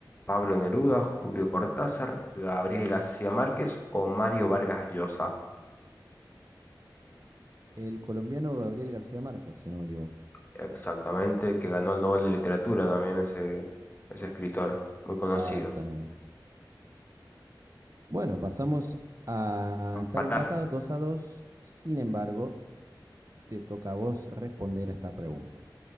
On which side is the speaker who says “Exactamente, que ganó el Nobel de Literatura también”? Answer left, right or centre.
Left